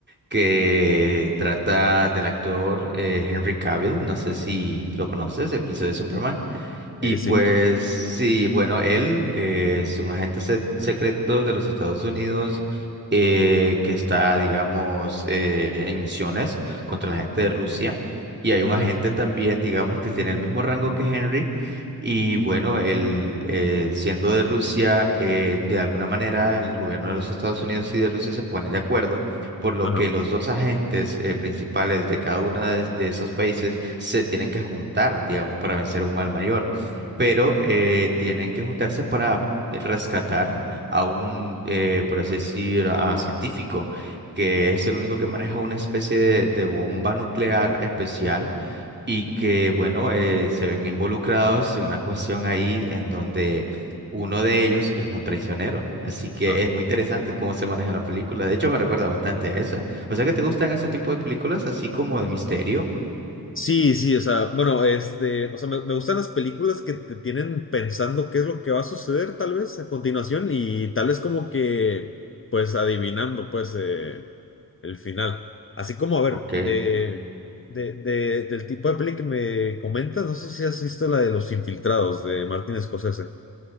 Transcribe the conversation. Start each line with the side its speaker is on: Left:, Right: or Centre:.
Right: que trata del actor eh, Henry Cavill, no sé si lo conoces, el que hizo de Superman.
Left: Eh,
Right: Y pues
Left: sí.
Right: sí, bueno, él eh, es un agente se- secreto de los Estados Unidos eh, que está, digamos, eh, en misiones contra la gente de Rusia. Y hay un
Left: Ujú.
Right: agente también, digamos, que tiene el mismo rango que Henry. Y bueno, él eh, siendo de Rusia, eh, de alguna manera el gobierno de los Estados Unidos y de Rusia se ponen de acuerdo, por lo
Left: Ajá.
Right: que los dos agentes eh, principales de cada uno de de esos países se tienen que juntar, digamos, para vencer a un mal mayor pero eh, tienen que juntarse para rescatar a un, eh, por así decir, a científico, que es el único que maneja una especie de, de bomba nuclear especial y que, bueno, eh, se ven involucrados en una cuestión ahí en donde uno de ellos es un traicionero. Así que
Left: Ah.
Right: es muy interesante el cómo se maneja la película. De hecho, me recuerda bastante a esa. O sea que te gustan ese tipo de películas, así como de misterio,
Left: Sí, sí, o sea, bueno, este, o sea, me, me gustan las películas que te tienen pensando qué es lo que va a suceder tal vez a continuación y tal vez como que, pues adivinando, pues, eh, el final. Así como, a ver,
Right: ¿ok?
Left: de, de, de- del tipo de peli que me comentas, no sé si has visto la de Los Infiltrados de Martin Scorsese.